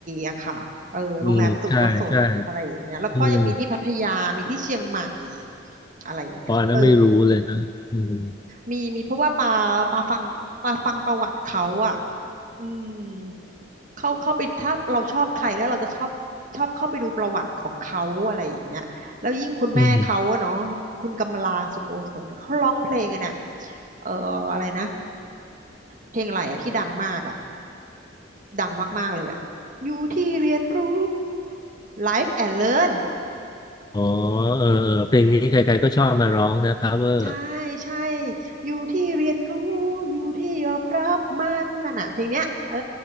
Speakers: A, on the right (about 40°); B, on the left (about 20°).
A: อะค่ะเออโรงแรมสุโกศลอะไรอย่างเงี้ยแล้วก็ยังมีที่พัทยามีที่เชียงใหม่
B: อืมใช่ใช่อืม
A: อะไรอย่างเงี้ยเออ
B: ปอนน่ะไม่รู้เลยนะอืม
A: มีมีเพราะว่าปาปาฟังปาฟังประวัติเขาอะอืม เข้าเข้าไปถ้าเราชอบใครแล้วเราจะชอบชอบเข้าไปดูประวัติของเขาอะไรอย่างเงี้ยแล้วยิ่งคุณแม่เขาอะเนาะคุณกำลาสุโกศลเขาร้องเพลงอะเนี่ย
B: อืม
A: เอ่ออะไรนะเพลงอะไรอะที่ดังมากอะดังมากๆเลยอะอยู่ที่เรียนรู้ Life and Learn
B: อ๋อเออเออเพลงนี้ใครๆก็ชอบมาร้องนะ Power
A: ใช่ใช่อยู่ที่เรียนรู้อยู่ที่ยอมรับมันนั่นน่ะเพลงเนี้ยเออ